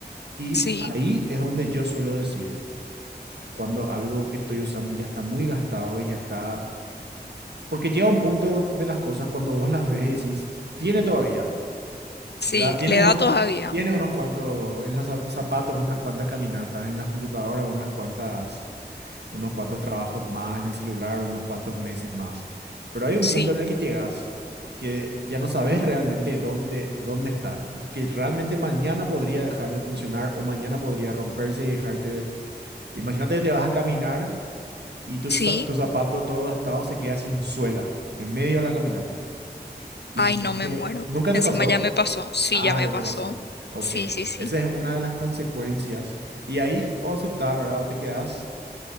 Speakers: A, on the right; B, on the left.
A: Y
B: Sí,
A: ahí es donde yo suelo decir, cuando algo que estoy usando ya está muy gastado y ya está, porque llega un punto de las cosas cuando vos las ves y decís, tiene todavía,
B: sí,
A: ¿verdad? Tiene
B: le
A: unos,
B: da todavía.
A: tiene unos cuantos, en los zap- zapatos, unas cuantas caminatas, en la computadora, unas cuantas, unos cuantos trabajos más, en el celular, unos cuantos meses más. Pero hay un
B: Sí,
A: punto en el que llegas que ya no sabes realmente dónde, dónde está, que realmente mañana podría dejar de funcionar o mañana podría romperse y dejarte. Imagínate que te vas a caminar y tu,
B: sí.
A: za- tu zapato todo gastado se queda sin suela en medio de la caminata. Y
B: Ay,
A: tenés
B: no me
A: que,
B: muero.
A: ¿nunca
B: Encima
A: te pasó?
B: ya me pasó. Sí,
A: Ah,
B: ya me
A: ya
B: pasó.
A: te pasó. Ok,
B: Sí, sí, sí.
A: esa es una de las consecuencias. Y ahí o aceptás, ¿verdad? O te quedás,